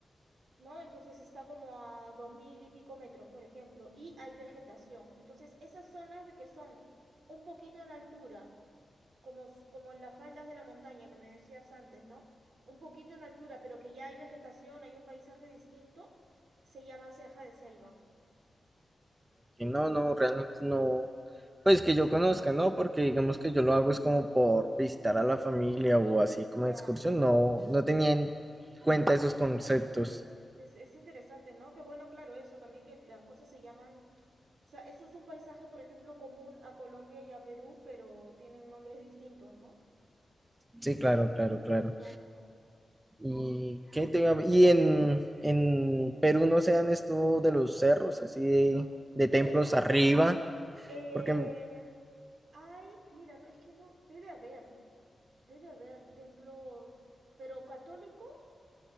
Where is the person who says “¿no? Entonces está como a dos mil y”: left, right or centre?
Right